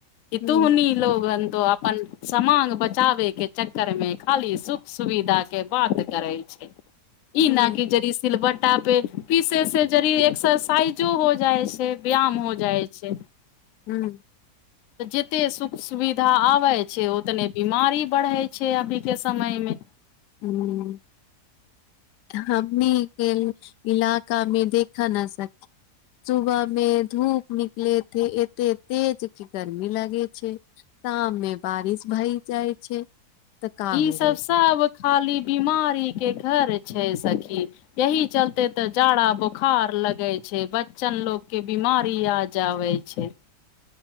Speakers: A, on the left; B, on the left.
A: कि
B: हूँ
A: तुहनी लोगन तो अपन समांग बचावे के चक्कर मे खाली सुख सुविधा के बात करे ई
B: हुं
A: नहि ज सिलबटा पे पीसे से ज एक्सरसाइजो हो जाइ छै व्यायाम हो जाइ छै
B: ह्म
A: जेते सुख सुविधा आवै छै ओ तने बीमारी बढ़ै छै अभीक के समय मे
B: ह्म हमनी ख इलाकामें देखा न सकी सुबह मे धूप निकलेथे ए त तेज कि गरमी लागे छै शमे मे बारिश भई जाइ छै तऽ का
A: ई
B: होवे
A: सबसब
B: छै
A: खाली बीमारी के घर छै सखी यही चलते ते जाड़ा ब बोखार लगै छै बच्चन लोग के बीमारी आ जाबे छै